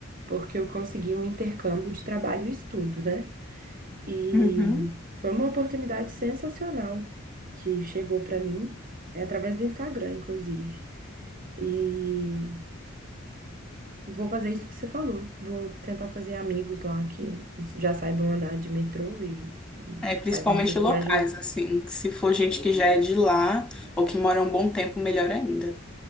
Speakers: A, on the right; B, in the centre.
A: porque eu consegui um intercâmbio de trabalho e estudo, né? E
B: Uhum.
A: foi uma oportunidade sensacional que chegou para mim, é através do Instagram, inclusive. E vou fazer isso que você falou. Vou tentar fazer amigos lá que já saibam andar de metrô e, e
B: É, principalmente
A: saibam um pouco
B: locais,
A: mais de lugar,
B: assim, que se for gente que já é de lá ou que mora um bom tempo, melhor ainda.